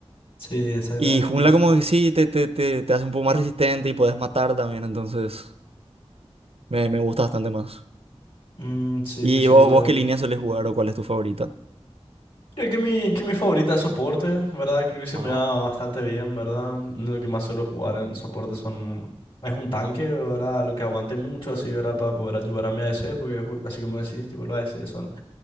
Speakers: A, on the left (about 55°); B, on the right (about 65°).
A: Sí, exactamente
B: Y jungla
A: eso.
B: como que sí, te, te, te, te hace un poco más resistente y puedes matar también, entonces me, me gusta bastante más.
A: Mm, sí,
B: ¿Y
A: sí, sí,
B: vos,
A: yo,
B: vos qué línea sueles jugar o cuál es tu favorita?
A: Creo que mi, que mi favorita es soporte, ¿verdad? Creo que se
B: Ajá.
A: me da bastante bien, ¿verdad? Lo que más suelo jugar en soporte son... Es un tanque, ¿verdad? Lo que aguante mucho, así, ¿verdad? Para poder ayudar a mi a ADC, porque ju- así como decís, tipo, los a ADC son...